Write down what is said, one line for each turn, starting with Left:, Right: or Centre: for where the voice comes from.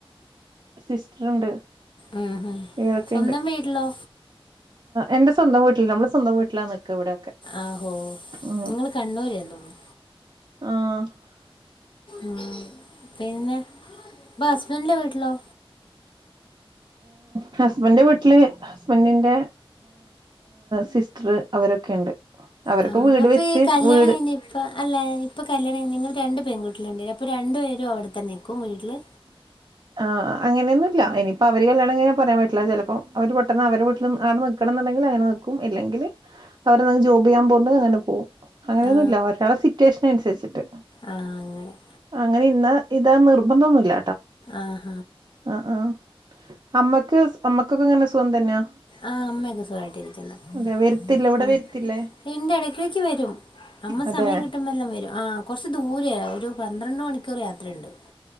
Right: സിസ്റ്റർ ഉണ്ട്
Left: ഉം, ഉം.
Right: ഇതൊക്കെുണ്ട്്
Left: സ്വന്തം വീട്ടിലോ
Right: എന്റെ സ്വന്തം വീട്ടില് നമ്മള സ്വന്തം വീട്ടിലാ ഇവിടെയൊക്കെ
Left: ആഹോ
Right: ഉം
Left: നിങ്ങള് കണ്ണൂര് തോന്നുന്നു
Right: ആഹ്
Left: ഉ പിന്നെ ഇപ്പ ഹസ്ബൻഡിലെ വീട്ടിലോ
Right: ഹസ്ബൻന്റെ വീട്ടില് ഹസ്ബൻഡന്റെ സിസ്റ്റർ അവരൊക്കെുണ്ട് അവരൊക്കെ
Left: ആ
Right: വീട്
Left: അപ്പോൾ
Right: വെച്ച്
Left: ഈ കല്യാണം
Right: വീട്
Left: കഴിഞ്ഞ് ഇപ്പം അല്ല ഇപ്പൊ കല്യാണം നിങ്ങള്ൾ രണ്ടണ്ട് പെൺകുട്ടികളുണ്ട അപ്പൊ രണ്ടു പേും അവിടെത്തന്നെ നിക്കും വീട്ടില്
Right: ഉം ആ അങ്ങനൊന്നുമല്ല ഇനിയിപ്പൊ അവര് കല്യാണം ഇങ്ങനെ പറയാൻ പറ്റില്ല ചിലപ്പോ അവര് പെട്ടെന്ന് അവരെ വീട്ടിൽ ആടെ നക്കണ എന്നണ്ടെങ്കിൽ അയിന് നിക്കും അല്ലെങ്കിൽ വേറെ എന്തെങ്കിലും ജോബ് ചെയ്യാൻ പോവ്ണ്ടേൽ അങ്ങനെ പോകും അങ്ങനെയൊന്നുമല്ല
Left: ആ
Right: ഒരാള സിറ്റുവേഷന് അനുസരിച്ചിട്ട്
Left: ആ അങ്ങനെ
Right: അങ്ങനെ ഇന്ന് ഇതാ നിർബന്ധന്നുല്ല
Left: ആഹ്
Right: അ ആഹ് അമ്മക്ക് അമ്മക്കൊക്കെ എങ്ങനെ സുഖം തന്നെയാ
Left: ആഹ് അമ്മയക്കെ സുഖായിട്ടിരിക്കുന്നു
Right: അതെ വരുത്തില്ലേ ഇവിടെ
Left: ഉം
Right: വരുത്തില്ലേ
Left: ഇണ്ട് ഇടക്കിടക്ക് വരും അമ്മ
Right: അതെ
Left: സമയം കിട്ടുമ്പോ എല്ലാം വരും ആഹ് കൊറച്ച് ദൂരെയാ ഒരു പന്ത്രണ്ട് മണി ക്കൂർ യാത്രയുണ്ട്